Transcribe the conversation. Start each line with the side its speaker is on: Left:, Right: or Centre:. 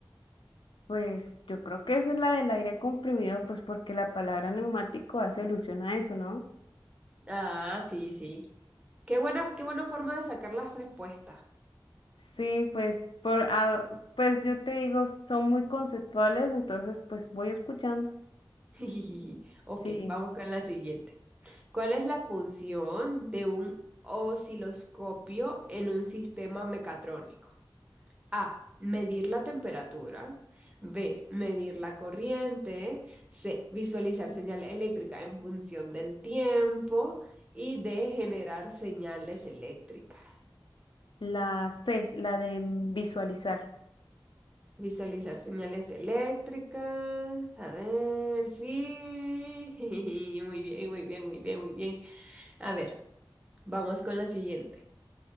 Left: Pues yo creo que esa es la del aire comprimido, pues porque la palabra neumático hace alusión a eso, ¿no?
Right: Ah, sí, sí. Qué bueno, qué buena forma de sacar las respuestas.
Left: Sí, pues, por, ah, pues yo te digo, son muy conceptuales, entonces pues voy escuchando.
Right: <laughs> Ok,
Left: Sí,
Right: vamos con la siguiente. ¿Cuál es la función de un osciloscopio en un sistema mecatrónico? A. Medir la temperatura. B. Medir la corriente. C. Visualizar señal eléctrica en función del tiempo. Y D. Generar señales eléctricas.
Left: la C, la de mm, visualizar.
Right: Visualizar señales eléctricas. A ver, sí. <laughs> Muy bien, muy bien, muy bien, muy bien. A ver, vamos con la siguiente.